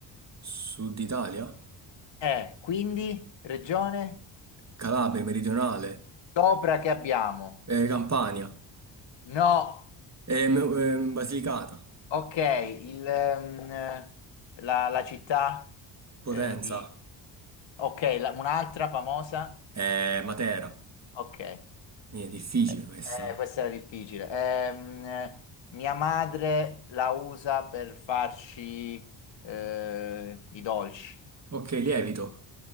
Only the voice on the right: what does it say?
Sud Italia,
Calabria, Meridionale,
eh, Campania,
eh, M- eh, Basilicata,
Potenza,
eh, Matera.
Mi è difficile
questa.
Ok, lievito,